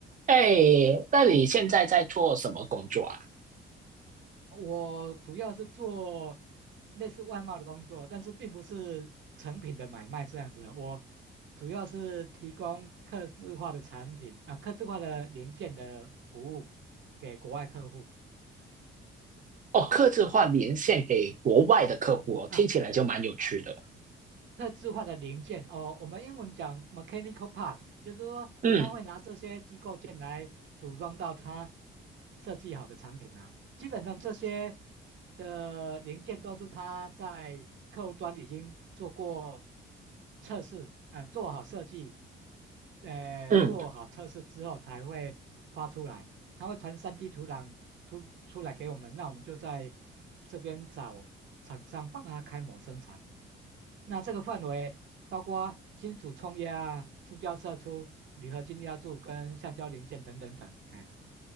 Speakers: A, on the right (about 40°); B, on the right (about 70°).
A: 哎，那你现在在做什么工作啊？
B: 我主要是做类似外贸的工作，但是并不是成品的买卖这样子的。我主要是提供客制化的产品啊，客制化的零件的服务给国外客户。嗯
A: 哦，客制化连线给国外的客户哦听起来就蛮有趣的。
B: 啊，特制化的零件哦，我们英文讲 mechanical parts，就是说他会拿这些机构件来组装到他
A: 嗯
B: 设计好的产品啊。基本上这些的零件都是他在客户端已经做过测试，呃，做好设计，呃，
A: 嗯，
B: 做好测试之后才会发出来，他会传 3D 图档图出来给我们，那我们就在这边找厂商帮他开模生产。那这个范围包括金属冲压啊、塑胶射出、铝合金压铸跟橡胶零件等等等。哎，